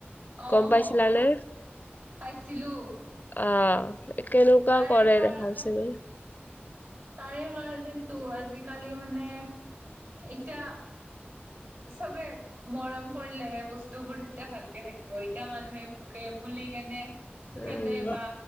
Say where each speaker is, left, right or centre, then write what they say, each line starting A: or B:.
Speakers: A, on the right; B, on the left.
A: আহ
B: গম পাইছিলানে?
A: পাইছিলো।
B: অ কেনেকুৱা
A: তাৰে
B: কৰে
A: কাৰণে
B: দেখাবিচোন এনে,
A: তাৰে কাৰণেতো আজিকালি মানে এতিয়া। চবে, মৰম কৰিলেহে বস্তুবোৰ তেতিয়া ভালকে থাকিব এতিয়া মানুহে ভোকে বুলি কেনে। খেদে
B: উম।
A: বা